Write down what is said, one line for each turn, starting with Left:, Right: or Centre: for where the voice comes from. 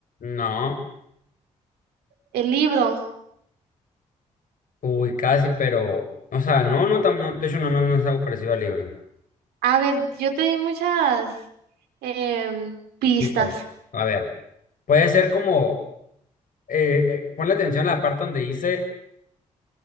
Left: No,
Right: el libro.
Left: uy, casi, pero, o sea, no, no, tam- no, de hecho, no, no, no es algo parecido al libro.
Right: A ver, yo te di muchas em, pistas.
Left: Quizás. A ver, puede ser como, eh, eh, ponle atención a la parte donde dice,